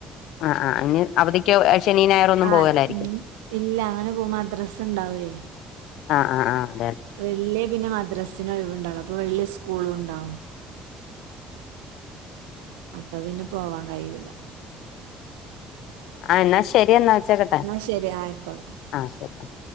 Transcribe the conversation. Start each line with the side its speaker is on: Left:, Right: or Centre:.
Left: ആഹ് ആഹ് അയിന് അവധിക്ക് ശേനിം ഞായറോന്നും
Right: ആഹ്
Left: പോവലായിരിക്കും.
Right: ഉം ഇല്ല അങ്ങനെ പോകും മദ്രസ ഇണ്ടാവേ
Left: ആഹ് ആഹ് ആഹ്
Right: വെള്ളി പിന്നെ മദ്രാസിനോഴിവ്ണ്ടാവൊള്ളൂ അപ്പൊ വെള്ളി ഉസ്കൂളുംണ്ടാവും. അപ്പൊ പിന്നെ പോവാൻ കഴിയുല
Left: ആഹ് എന്നാ ശെരി എന്നാ വെച്ചേര്
Right: ഇന്നാ ശെരി ആഹ് അയ്ക്കോട്ടെ
Left: ആഹ് ശെരി ആഹ്